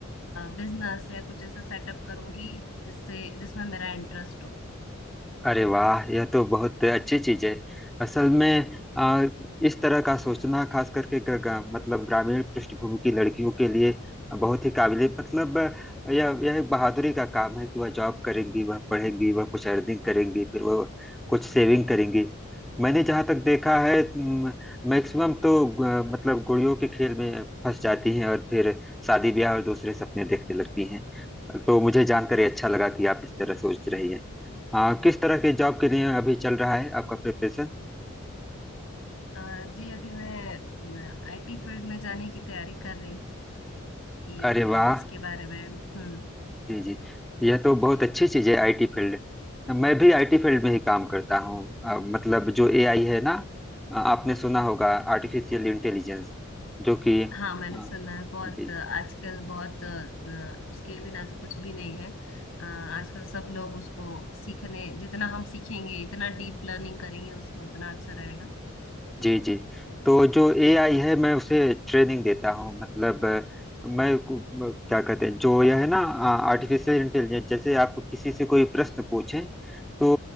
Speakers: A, on the left; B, in the centre.
A: बिजनेस या कुछ ऐसा सेटअप करूंगी जिससे जिसमें मेरा इंटरेस्ट हो
B: अरे वाह यह तो बहुत अच्छी चीज है असल में आ, इस तरह का सोचना खास करके ग, ग, मतलब ग्रामीण पृष्ठभूमि की लड़कियों के लिए बहुत ही काबिले मतलब यह यह एक बहादुरी का काम है कि वह जॉब करेंगी वह पढ़ेंगी वह कुछ अर्निंग करेंगी फिर वह कुछ सेविंग करेंगी मैंने जहाँ तक देखा है मैक्सिमम तो ग, मतलब गुड़ियों के खेल में फंस जाती हैं और फिर शादी ब्याह और दूसरे सपने देखने लगती हैं तो मुझे जानकर ये अच्छा लगा कि आप इस तरह सोच रही हैं हाँ किस तरह के जॉब के लिए अभी चल रहा है आपका प्रिपरेशन
A: अ, जी अभी मैं आईटी फील्ड में जाने की तैयारी कर रही हूँ कि
B: अरे
A: अ,
B: वाह
A: उसके बारे में हम्म
B: जी जी यह तो बहुत अच्छी चीज़ है आईटी फील्ड मैं भी आईटी फील्ड में ही काम करता हूँ अ, मतलब जो एआई है ना अ, आपने सुना होगा आर्टिफिशियल इंटेलिजेंस जो कि
A: हाँ मैंने
B: अ,
A: सुना है बहुत
B: जी
A: अ, आजकल बहुत अ, अ, उसके बिना तो कुछ भी नहीं है अ, आजकल सब लोग उसको सीखने जितना हम सीखेंगे इतना डीप लर्निंग करेंगे उसमें उतना अच्छा रहेगा
B: जी जी तो जो एआई है मैं उसे ट्रेनिंग देता हूँ मतलब अ, मैं कु- म- क्या कहते हैं जो यह है ना आर्टिफिशियल इंटेलिजेंस जैसे आप किसी से कोई प्रश्न पूछें तो